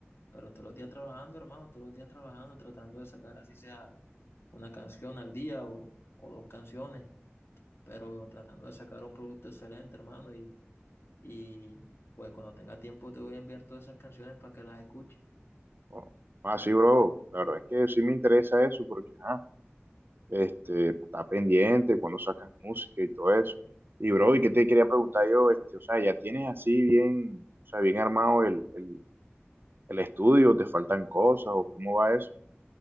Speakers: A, on the left (about 60°); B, on the right (about 50°).
A: pero todos los días trabajando, hermano, todos los días trabajando, tratando de sacar así sea una canción al día o, o dos canciones, pero tratando de sacar un producto excelente, hermano, y y pues cuando tenga tiempo te voy a enviar todas esas canciones para que las escuches.
B: Bueno, ah, sí, bro, la verdad es que sí me interesa eso porque, ajá, este, pues, está pendiente cuando sacas música y todo eso. Y, bro, ¿y qué te quería preguntar yo? Este, o sea, ya tienes así bien, o sea, bien armado el, el el estudio, te faltan cosas o cómo va eso.